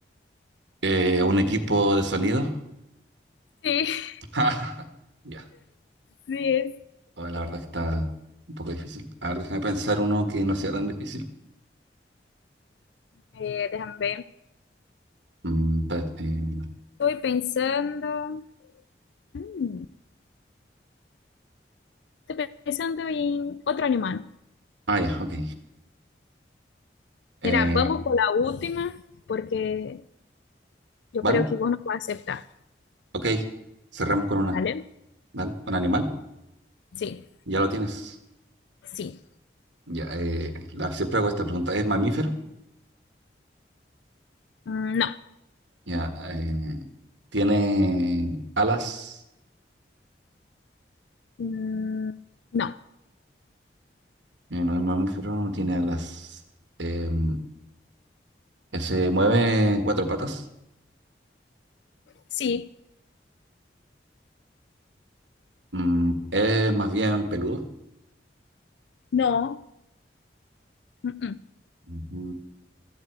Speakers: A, on the right (about 80°); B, on the left (about 80°).
A: Eh, un equipo de sonido.
B: Sí,
A: <laughs> Ya,
B: <laughs> sí es.
A: oh, la verdad que está un poco difícil. A ver, déjame pensar uno que no sea tan difícil.
B: Eh, déjame ver.
A: Mm, espérate, eh,
B: Estoy pensando. mm, estoy pensando en otro animal.
A: ah, ya, ok. Eh,
B: Mira, vamos por la última porque yo
A: ¿vale?
B: creo que vos no vas a aceptar,
A: Ok, cerramos con una.
B: ¿vale?
A: ¿Dale? ¿Un animal?
B: Sí,
A: Ya lo tienes.
B: sí.
A: Ya, eh, la, siempre hago esta pregunta. ¿Es mamífero?
B: Mm, No.
A: Ya, eh, ¿tiene alas?
B: Mm, No.
A: Eh, no es mamífero, no tiene alas. Em, ¿se mueve en cuatro patas?
B: Sí,
A: Mm, ¿es más bien peludo?
B: no. Mm, mm.
A: Ujú.